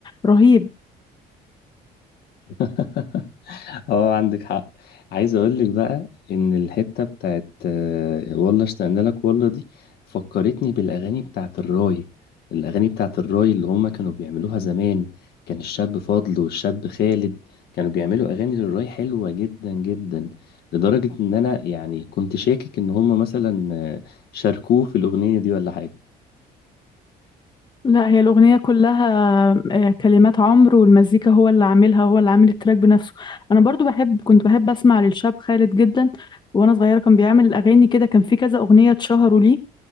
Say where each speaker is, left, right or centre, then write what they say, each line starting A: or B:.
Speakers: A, on the left; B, on the left.
A: رهيب
B: <laughs> اه عندك حق عايز اقول لك بقى ان الحته بتاعت آه، والله اشتقنا لك والله دي فكرتني بالاغاني بتاعت الراي الاغاني بتاعت الراي اللي هما كانوا بيعملوها زمان كان الشاب فاضل والشاب خالد كانوا بيعملوا اغاني للراي حلوه جدا جدا لدرجه ان انا يعني كنت شاكك ان هما مثلا آه، شاركوه في الاغنيه دي ولا حاجه
A: لا هي الأغنية كلها آه، كلمات عمرو والمزيكا هو اللي عاملها هو اللي عامل التراك بنفسه أنا برضو بحب كنت بحب أسمع للشاب خالد جدا وأنا صغيرة كان بيعمل أغاني كده كان في كذا أغنية اتشهروا ليه